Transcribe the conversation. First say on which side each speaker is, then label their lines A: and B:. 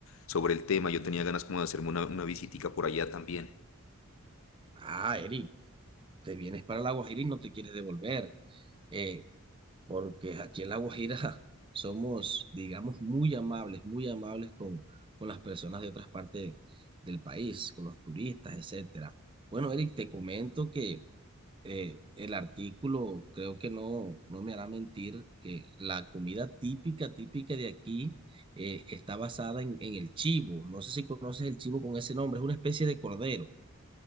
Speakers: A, on the left (about 65°); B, on the right (about 25°).
A: sobre el tema. Yo tenía ganas como de hacerme una, una visitica por allá también.
B: Ah, Eric, te vienes para La Guajira y no te quieres devolver, eh, porque aquí en La Guajira <laughs> somos, digamos, muy amables, muy amables con, con las personas de otras partes del país, con los turistas, etcétera. Bueno, Eric, te comento que eh, el artículo, creo que no, no me hará mentir, que la comida típica, típica de aquí eh, está basada en, en el chivo. No sé si conoces el chivo con ese nombre, es una especie de cordero.